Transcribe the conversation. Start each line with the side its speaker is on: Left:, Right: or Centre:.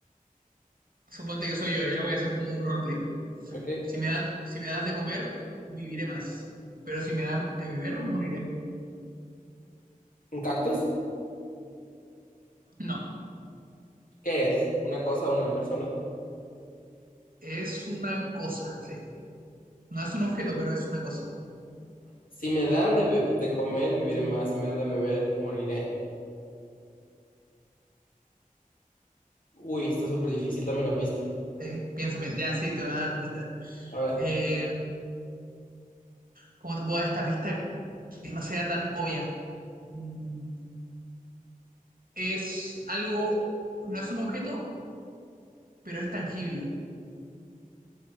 Right: Suponte que soy yo, ya voy a hacer como un roleplay.
Left: ¿Ok?
Right: Si me das, si me das de comer, viviré más. Pero si me dan de beber, moriré.
Left: ¿Un cactus?
Right: No,
Left: ¿Qué es? ¿Una cosa, una persona?
Right: es una cosa, sí. No es un objeto, pero es una cosa.
Left: Si me dan de, be- de comer, viviré más. Si me dan de beber, moriré. Uy, está súper difícil, dame la pista.
Right: Sí, piensa, piensa. Ya, sí, te voy a dar pistas.
Left: A ver,
Right: Eh, ¿cómo te puedo dar esta pista que no sea tan obvia? Mm, es algo, no es un objeto, pero es tangible,